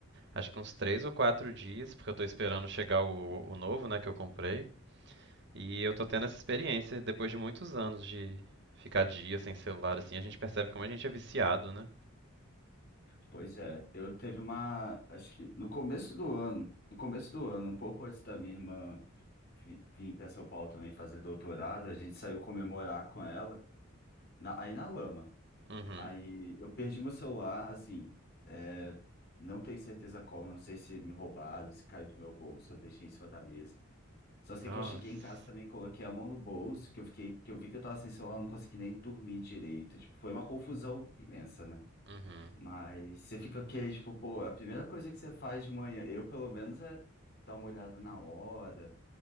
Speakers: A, on the right; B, on the left.
A: acho que uns três ou quatro dias, porque eu tô esperando chegar o, o novo, né, que eu comprei. E eu tô tendo essa experiência depois de muitos anos de ficar dias sem celular, assim, a gente percebe como a gente é viciado, né?
B: Pois é, eu teve uma, acho que no começo do ano, no começo do ano, um pouco antes da minha irmã vi- vir para São Paulo também fazer doutorado, a gente saiu comemorar com ela, na- aí na lama.
A: Uhum.
B: Aí eu perdi meu celular, assim, é, não tenho certeza como, não sei se me roubaram, se caiu do meu bolso, eu deixei em cima da mesa. Só sei
A: Nossa.
B: que eu cheguei em casa também, coloquei a mão no bolso, que eu fiquei, que eu vi que eu tava sem celular, não consegui nem dormir direito. Tipo, foi uma confusão imensa, né?
A: Uhum.
B: Mas você fica aqui, tipo, pô, é a primeira coisa que você faz de manhã, eu pelo menos é dar uma olhada na hora,